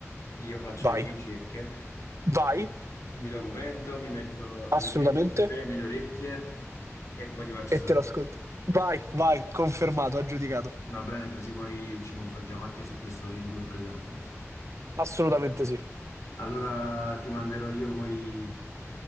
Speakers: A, on the left (about 70°); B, on the right (about 65°).
A: Io faccio
B: Vai,
A: le mie ricerche,
B: vai,
A: mi documento, mi metto
B: assolutamente,
A: le mie cuffie nelle orecchie e poi ti faccio
B: e
A: sapere.
B: te lo ascolti. Vai, vai, confermato, aggiudicato.
A: Va bene, così poi ci confrontiamo anche su questo Lil Durk che non conosco.
B: Assolutamente sì.
A: Allora ti manderò io poi